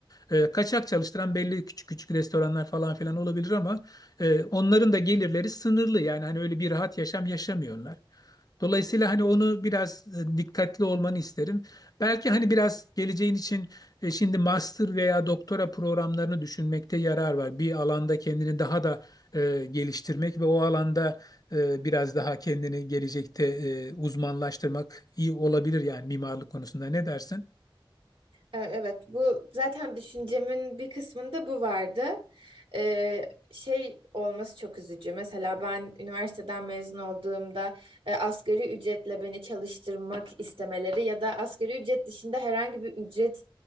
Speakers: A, on the left; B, on the right.
A: E, kaçak çalıştıran belli küçük küçük restoranlar falan filan olabilir ama e, onların da gelirleri sınırlı. Yani hani öyle bir rahat yaşam yaşamıyorlar. Dolayısıyla hani onu biraz e, dikkatli olmanı isterim. Belki hani biraz geleceğin için e, şimdi master veya doktora programlarını düşünmekte yarar var. Bir alanda kendini daha da e, geliştirmek ve o alanda e, biraz daha kendini gelecekte e, uzmanlaştırmak iyi olabilir yani mimarlık konusunda. Ne dersin?
B: E, Evet, bu zaten düşüncemin bir kısmında bu vardı. E, şey olması çok üzücü. Mesela ben üniversiteden mezun olduğumda e, asgari ücretle beni çalıştırmak istemeleri ya da asgari ücret dışında herhangi bir ücret